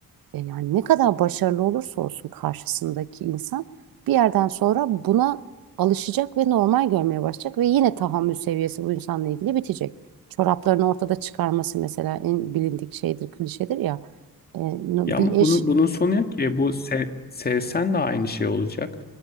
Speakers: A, on the right; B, on the left.
A: e, Yani ne kadar başarılı olursa olsun karşısındaki insan bir yerden sonra buna alışacak ve normal görmeye başlayacak ve yine tahammül seviyesi bu insanla ilgili bitecek. Çoraplarını ortada çıkarması mesela en bilindik şeydir, klişedir ya. E, no-
B: Ya
A: bir
B: ama
A: eş
B: bunun, bunun sonu yok ki. E, Bu se- sevsen de aynı şey olacak.